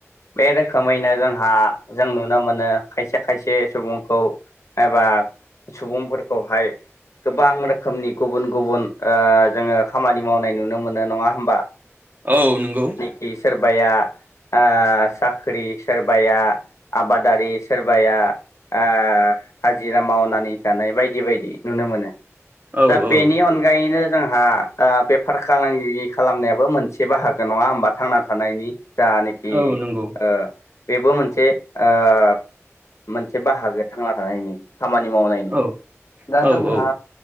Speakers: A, on the left; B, on the right.
A: बे रोखोमैनो जोंहा जों नुनो मोनो खायसे खायसे सुबुंखौ एबा सुबुंफोरखौहाय गोबां रोखोमनि गुबुन गुबुन ओ जोङो खामानि मावनाय नुनो मोनो। नङा होमबा?
B: औ नोंगौ।
A: खि सोरबाया ओ साख्रि सोरबाया आबादारि सोरबाया ओ हाजिरा मावनानै जानाय बायदि बायदि नुनो मोनो
B: औ
A: दा बेनि
B: औ
A: अनगायैनो जोंहा ओ बेफार खालांगि खालामनायाबो मोनसे बाहागो नङा होमबा थांना थानायनि दानि खि
B: औ नंगौ
A: ओ बेबो मोनसे ओ मोनसे बाहागो थांना थानायनि खामानि मावनायनि
B: औ
A: दा
B: औ
A: जोंहा
B: औ